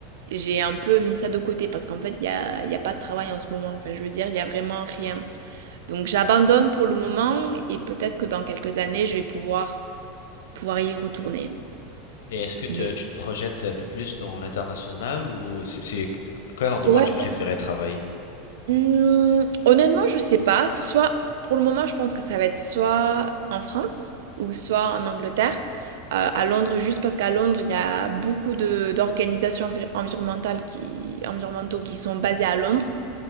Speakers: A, on the right; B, on the left.
A: J'ai un peu mis ça de côté parce qu'en fait, il n'y a, il y a pas de travail en ce moment. Enfin, je veux dire, il n'y a vraiment rien. Donc j'abandonne pour le moment et peut-être que dans quelques années, je vais pouvoir, pouvoir y retourner.
B: Et est-ce que te-
A: Mais
B: tu te projettes un peu plus dans l'international ou c'est c'est- à quel endroit
A: ouais,
B: tu préférais travailler?
A: hmm, honnêtement, je sais pas. Soit pour le moment, je pense que ça va être soit en France ou soit en Angleterre. Euh, à Londres, juste parce qu'à Londres, il y a beaucoup de d'organisations envi- environnementales qui, environnementaux qui sont basées à Londres.